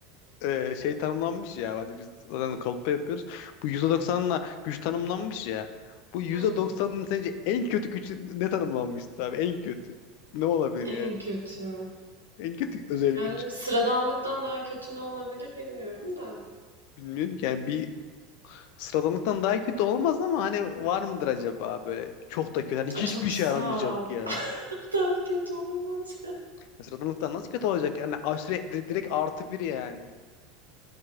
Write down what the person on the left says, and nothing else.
e, şey tanımlanmış ya. Hani biz zaten kalıpta yapıyoruz. Bu yüzde doksanla güç tanımlanmış ya. Bu %90'ın
sence en kötü güç ne tanımlanmıştır abi? En kötü. Ne olabilir
yani?
En kötü özel
güç.
Bilmiyorum ki. Yani bir sıradanlıktan daha kötü olamaz ama hani var mıdır acaba böyle çok da kötü. Hani hiçbir
şey
aramayacak
ya.
Ya Sıradanlıktan nasıl kötü olacak? Yani aşure di- direkt artı bir yani.